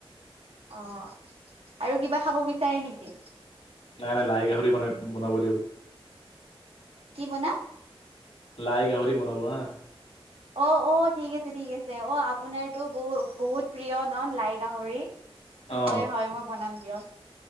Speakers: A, on the right; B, on the left.
A: অ' আৰু কিবা খাব বিচাৰে নেকি?
B: নাই নাই, লাই গাহৰি বনাই বনাব দিয়ক।
A: কি বনাম?
B: লাই গাহৰি বনাব হা।
A: অ', অ' ঠিক আছে ঠিক আছে, অ' আপোনাৰতো বহু-বহুত প্ৰিয় ন' লাই গাহৰি?
B: অ
A: হয় হয় মই বনাম। দিয়ক।